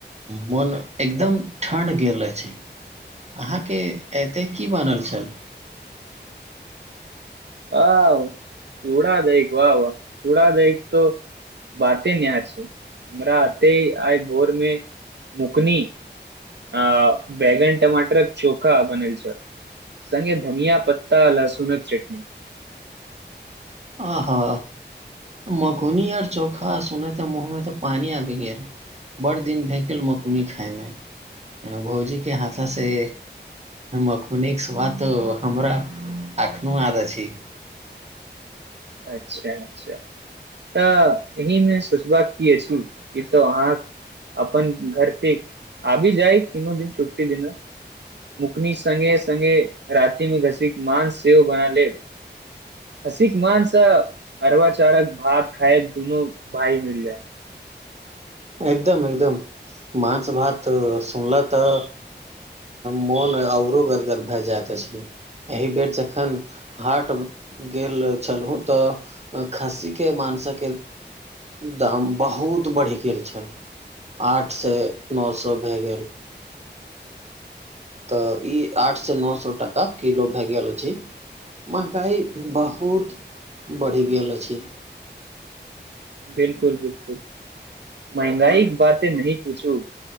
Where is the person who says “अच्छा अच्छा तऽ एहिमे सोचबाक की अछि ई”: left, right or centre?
Right